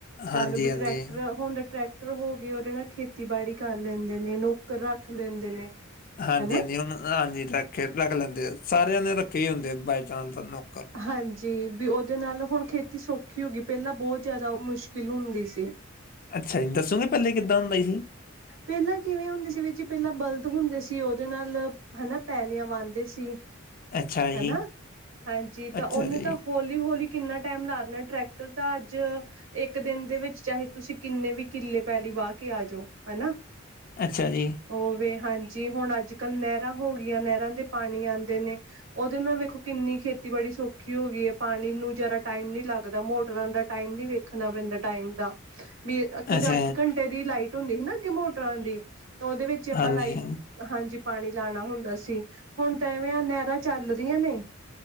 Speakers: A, on the left (about 45°); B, on the right (about 70°).
A: ਹਾਂਜੀ
B: ਲਾ ਲਓ ਵੀ
A: ਹਾਂਜੀ
B: ਟਰੈਕਟਰ ਹੁਣ ਟਰੈਕਟਰ ਹੋ ਗਏ ਉਹਦੇ ਨਾਲ ਖੇਤੀਬਾੜੀ ਕਰ ਲੈਂਦੇ ਨੇ ਨੌਕਰ ਰੱਖ ਲੈਂਦੇ ਨੇ।
A: ਹਾਂਜੀ
B: ਹਨਾ
A: -ਹਾਂਜੀ ਹੁਣ ਹਾਂਜੀ ਰੱਖੇ ਰੱਖ ਲੈਂਦੇ ਆ ਸਾਰਿਆਂ ਨੇ ਰੱਖੇ ਹੀ ਹੁੰਦੇ ਬਾਈ ਚਾਂਸ ਨੋਕ
B: ਹਾਂਜੀ ਵੀ ਉਹਦੇ ਨਾਲ ਹੁਣ ਖੇਤੀ ਸੌਖੀ ਹੋ ਗਈ। ਪਹਿਲਾਂ ਬਹੁਤ ਜ਼ਿਆਦਾ ਮੁਸ਼ਕਿਲ ਹੁੰਦੀ ਸੀ।
A: ਅੱਛਾ ਜੀ ਦੱਸੋਗੇ ਪਹਿਲੇ ਕਿੱਦਾਂ ਹੁੰਦਾ ਸੀ।
B: ਪਹਿਲਾਂ ਕਿਵੇਂ ਹੁੰਦੇ ਸੀ ਵੀ ਜੀ ਪਹਿਲਾਂ ਬਲਦ ਹੁੰਦੇ ਸੀ ਉਹਦੇ ਨਾਲ ਹਨਾ ਪੈਲੀਆਂ ਵਾਂਦੇ ਸੀ।
A: ਅੱਛਾ ਜੀ
B: ਹਨਾ ਹਾਂਜੀ ਤਾਂ
A: ਅੱਛਾ
B: ਉਹਨੇ
A: ਜੀ
B: ਤਾਂ ਹੌਲੀ ਹੌਲੀ ਕਿੰਨਾ ਟਾਈਮ ਲਾ ਦੇਣਾ ਟਰੈਕਟਰ ਤਾਂ ਅੱਜ ਇੱਕ ਦਿਨ ਦੇ ਵਿੱਚ ਚਾਹੇ ਤੁਸੀਂ ਕਿੰਨੇ ਵੀ ਕਿੱਲੇ ਪੈਲੀ ਵਾ ਕੇ ਆ ਜਾਓ ਹਨਾ।
A: ਅੱਛਾ ਜੀ।
B: ਉਹਵੇ ਹਾਂਜੀ ਹੁਣ ਅੱਜ ਕੱਲ੍ਹ ਨਹਿਰਾਂ ਹੋ ਗਈਆਂ ਨਹਿਰਾਂ ਦੇ ਪਾਣੀ ਆਉਂਦੇ ਨੇ। ਉਹਦੇ ਨਾਲ ਵੇਖੋ ਕਿੰਨੀ ਖੇਤੀਬਾੜੀ ਸੌਖ ਰਖੀ ਹੋ ਗਈ ਹੈ। ਪਾਣੀ ਨੂੰ ਜਦਾ ਟਾਈਮ ਨੀ ਲੱਗਦਾ। ਮੋਟਰਾਂ ਦਾ ਟਾਈਮ ਨੀ ਵੇਖਣਾ ਪੈਂਦਾ ਟਾਈਮ ਦਾ ਵੀ ਕਿਉਂਕਿ
A: ਅੱਛਾ
B: ਅੱਠ ਘੰਟੇ ਦੀ ਲਾਈਟ ਹੁੰਦੀ ਸੀ, ਨਾ ਅੱਗੇ ਮੋਟਰਾਂ ਦੀ ਤਾਂ, ਉਹਦੇ ਵਿੱਚ ਹੀ ਆਪਾਂ
A: ਹਾਂਜੀ
B: ਲਾਈਟ ਹਾਂਜੀ! ਪਾਣੀ ਲਾਉਣਾ ਹੁੰਦਾ ਸੀ ਹੁਣ ਤਾਂ ਐਵੇਂ ਆ ਨਹਿਰਾਂ ਚੱਲ ਰਹੀਆਂ ਨੇ